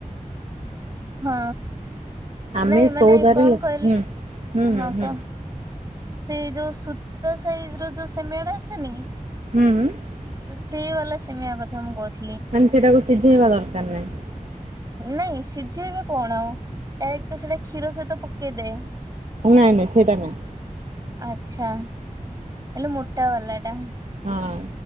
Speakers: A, on the right; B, on the right.
A: ହଁ।
B: ଆମେ
A: ନାଇଁ ମାନେ
B: ସଉଦାରେ
A: କଣ କହିଲ
B: ହୁଁ ହୁଁ
A: ହଁ କଣ
B: ହୁଁ।
A: ସେଇ ଯୋଉ ସୁୂତା ସାଇଜ ର ଯୋଉ ସେମେଇ ଆସେନି
B: ହୁଁ।
A: ସେଇ ବାଲା ସିମିଆ କଥା ମୁଁ କହୁଥିଲି।
B: ମାନେ ସେଟାକୁ ସିଝେଇବା ଦରକାର ନାହିଁ?
A: ନାଇଁ ସିଝେଇବେ କଣ ଡାଇରେକ୍ଟ ତ ସେଟା କ୍ଷୀର ସହିତ ପକେଇଦେବେ।
B: ନାଇଁ ନାଇଁ ସେଇଟା ନାଇଁ
A: ଆଛା। ହେଲେ ମୋଟା ବାଲାଟା
B: ହଁ